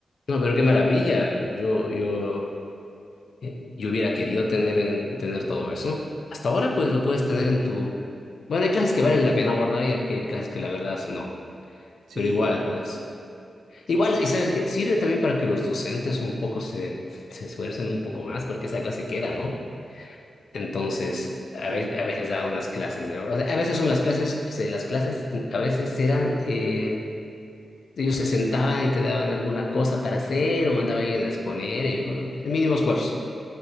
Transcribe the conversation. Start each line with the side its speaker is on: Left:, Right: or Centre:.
Left: No, pero qué maravilla. Yo, yo... Eh, Yo hubiera querido tener, en- tener todo eso. Hasta ahora, pues lo puedes tener en tu. Bueno, hay clases que valen la pena guardar y hay que- clases que la verdad no.
Right: Sí,
Left: Pero igual,
Right: claro.
Left: pues. Igual,
Right: Sí, sí.
Left: y
Right: es-
Left: sabes qué, sirve también para que los docentes un poco se, se esfuercen un poco más, porque esa clase queda, ¿no? Entonces,
Right: eh,
Left: a
Right: sí.
Left: veces, a veces dan unas clases de horas. a veces son las clases, o sea, las clases a veces eran. eh, ellos se sentaban y te daban alguna cosa para hacer o mandaba a alguien a exponer, y, el mínimo esfuerzo.